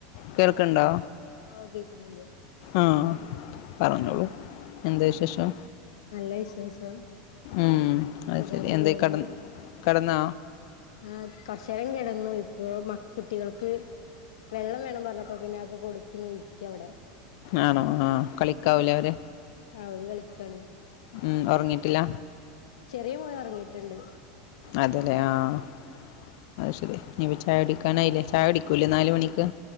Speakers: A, on the left; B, on the left.
A: ആഹ്
B: കേൾക്കണ്ടോ
A: എന്താ ശേ ഓ കേക്കുന്നുണ്ട്.
B: ആഹ് പറഞ്ഞോളൂ എന്താ വിശേഷം
A: നല്ല വിശേഷം
B: ഉംഹഅത്
A: സുഖായിട്ട്
B: ശരി എന്തേ
A: പോകുന്നു
B: കെടന്ന് കെടന്നോ
A: ആഹ് കൊറച്ചേരം കെടന്നു ഇപ്പൊ മ കുട്ടികൾക്ക് വെള്ളം വേണം പറഞ്ഞപ്പ പിന്നെ ആക്കെ കൊടുത്ത് ഇരിക്ക അവിടെ
B: ആണോ ആഹ് കളിക്കാവൂലേ അവര്
A: ആഹ് ഓര് കളിക്കാണ്
B: മ്മ് ഒറങ്ങിട്ടില്ല
A: ചെറിയ മോന് ഒറങ്ങിയിട്ടുണ്ട്
B: അതലെ ആഹ്‌ അത് ശരി ഇനി ചായുടിക്കാൻ ആയിലെ ചായ കുടിക്കൂല്ലേ നാല് മണിക്ക്